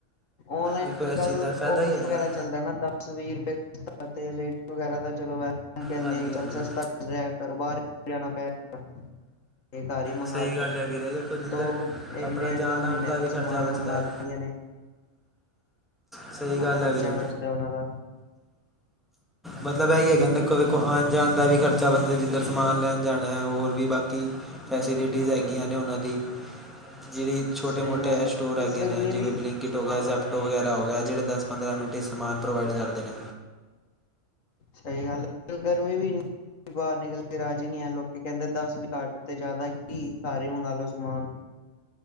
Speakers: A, on the left; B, in the centre.
A: ਓਨਲਾਈਨ
B: ਦੇਖੋ
A: ਅੱਜ
B: ਇਸ
A: ਕੱਲ
B: ਚੀਜ਼ ਦਾ ਫਾਇਦਾ
A: ਓਫਰ
B: ਹੀ ਹੈਗਾ
A: ਵਗੈਰਾ ਚੱਲਦਾ ਨਾ ਦਸ -ਵੀਹ ਰੁਪਏ। ਤੇ ਲੇਡੀਸ ਵਗੈਰਾ ਤਾਂ ਚਲੋ ਵੈਸ ਕਹਿੰਦੀਆਂ
B: ਹਾਂਜੀ
A: ਚੱਲ
B: ਹਾਂਜੀ
A: ਸ ਘਰੋ ਬਾਹਾਰ ਨਹੀ ਜਾਣਾ ਪੈ ਗਾ। ਇਹ ਘਰ ਹੀ ਮੰਗਵਾ
B: ਸਹੀ
A: ਲੋ
B: ਗੱਲ ਹੈ ਵੀਰੇ ਦੇਖੋ ਜਿੱਧਰ
A: ਦੋ। ਕੁ ਇੱਕ
B: ਆਪਣਾ
A: -ਡੇਢ-
B: ਜਾਣ
A: ਦੋ ਮਹੀਨੇ
B: ਆਉਣ
A: ਦਾ
B: ਵੀ ਖਰਚਾ
A: ਸਮਾਨ
B: ਬਚਦਾ
A: ਮੰਗਵਾ
B: ਹੈ।
A: ਲੈ ਨੇੇ।
B: ਸਹੀ ਗਲ
A: ਖਰਚਾ
B: ਏ ਵੀਰੇ।
A: ਬਚਦਾ ਉਹਨਾਂ ਦਾ
B: ਮਤਲਬ ਐ ਈਏ ਕਹਿੰਦੇ, ਵੇਖੋ ਆਣ-ਜਾਣ ਦਾ ਵੀ ਖਰਚਾ ਬੱਚਦਾ ਜਿੱਧਰ ਸਮਾਨ ਲੈਣ ਜਾਣਾ ਏ, ਹੋਰ ਵੀ ਬਾਕੀ ਫੈਸਿਲਿਟੀਜ਼ ਹੈਗੀਆਂ ਨੇ ਉਹਨਾਂ ਦੀ, ਜਿਹੜੀ। ਛੋਟੇ-ਮ੍ਹੋਟੇ
A: ਸਹੀ ਗੱਲ
B: ਐ
A: ਹੈ
B: ਸਟੋਰ ਹੈਗੇ
A: ਗਰਮੀ
B: ਨੇ, ਜਿਵੇਂ
A: ਵੀ
B: ਬਿਲਿੰਕ ਕਿਟ ਹੋ ਗਿਆ, ਜ਼ੈਪਟੋਪ ਵਗੈਰਾ ਹੋਗਿਆ ਜਿਹੜੇ ਦਸ-ਪੰਦਰਾਂ ਮਿੰਟ'ਚ ਸਮਾਨ ਪ੍ਰੋਵਾਈਡ ਕਰਦੇ ਨੇ।
A: ਸਹੀ ਗੱਲ ਗਰਮੀ ਵੀ ਇੰਨੀ, ਬਾਹਰ ਨਿਕਲ ਕੇ ਰਾਜੀ ਨੀ ਆ, ਲੋਕੀ ਕਹਿੰਦੇ ਦਸ ਘੱਟ ਤੇ ਜ਼ਿਆਦਾ ਕੀ, ਘਰ ਈ ਮੰਗਾਲੋ ਸਮਾਨ।